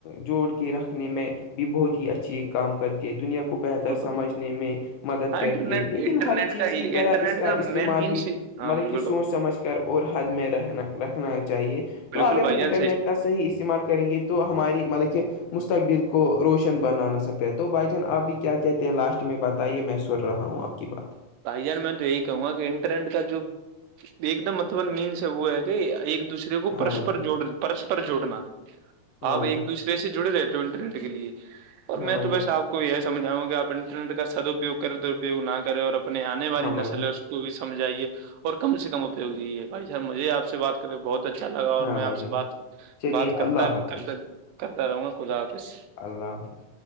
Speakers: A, on the left; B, on the right.
A: جوڑ کے رکھنے میں بھی بہت ہی اچھی کام کرتی ہے دنیا کو کو بہتر
B: بالکل
A: سمجھنے میں مدد
B: ہاں
A: کرتی
B: انٹرنیٹ
A: ہے لیکن
B: انٹرنیٹ
A: ہر چیز
B: کا
A: کی طرح
B: انٹرنیٹ
A: اس کا
B: مین
A: استعمال
B: مینس
A: بھی
B: ہاں
A: مطلب
B: بالکل
A: کہ سوچ
B: بھائی
A: سمجھ کے کر اور حد میں رہنا رکھنا چاہیے تو
B: بالکل
A: اگر ہم
B: بھائی جان
A: انٹرنیٹ کا صحیح استعمال کریں گے تو ہماری مطلب کہ مستقبل کو روشن بنانا سکتا ہے تو بھائی چان آپ بھی کیا کیا کہتے ہیں لاسٹ میں بتائیے میں سن رہا ہوں آپ کی بات
B: بھائی جان میں تو یہی کہوں گا کہ انٹرنٹ کا جو ایک دم مطب مین سے وہ ہے کہ ایک دوسرے کو
A: ہاں
B: پرسپر
A: بھائی جان
B: جوڑ پرسپر جوڑنا
A: ہاں
B: آپ
A: بھائی
B: ایک
A: جان
B: دوسرے سے جڑے رہتے ہ انٹرنیٹ کے لیے اور
A: ہاں
B: میں
A: بھائی
B: تو
A: جان
B: بس آپ کو کو یہ سمجھاؤں گ کہ آپ انٹرنیٹ کا سدپیوگ کریں درپیگ نہ کرے اور اپنے آنے والی
A: ہاں بھائی
B: نسلیں
A: جان
B: توی سمھائیے اور کم سے کم اپیوگ یہیے بھائی صحب مجھے آ سے بات بہت اچھا لگا
A: ہاں
B: اور میں
A: بھائی
B: آپ
A: جان
B: سے بات
A: چلیے
B: بات کرتا
A: اللہ حافظ
B: کرتا کرتا رہوں گا خدا آپس
A: اللہ حافظ